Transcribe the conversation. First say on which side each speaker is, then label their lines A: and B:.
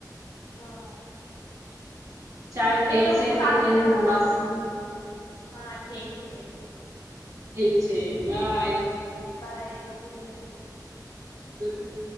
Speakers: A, on the left; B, on the right.
A: હા
B: ચાલ
A: બે
B: ઠીક
A: લોકો
B: છે
A: સાથે
B: તું ઊઘ
A: લગાવીએ.
B: મસ્ત
A: હા ઠીક છે
B: ઠીક છે બાય
A: બાય ગુડ નાઈટ
B: ઘટનું